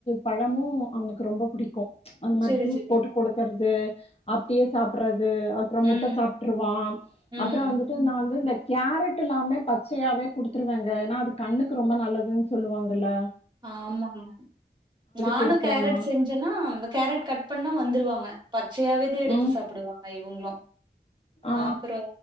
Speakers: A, on the left (about 35°); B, on the right (about 25°).
A: பழமும் அவனுக்கு ரொம்ப புடிக்கு அந்த மாரி
B: செரி
A: ஜூஸ்
B: செரி
A: போட்டு கொடுக்கறது அப்படியே சாப்பிடற து அப்புறோ
B: ம்
A: முட்ட சாப்பிட்டுருவான்
B: ம்
A: அப்புறோ வந்துட்டு நான் வந்துட்டு இந்த கேரட் எல்லாமே பச்சயாவே குடுத்துருவேங்க ஏனா அது கண்ணுக்கு ரொம்ப நல்லதுனு சொல்லுவாங்கள்ல
B: ஆமாமா நானு
A: குடுப்பேன்னா
B: கேரட் செஞ்சேன்னா அ கேரட் கட் பண்ணா வந்துருவாங்க பச்சயாவேதா எடுத்து
A: ம்
B: சாப்பிடுவாங்க இவங்களு
A: ஆ
B: அப்ற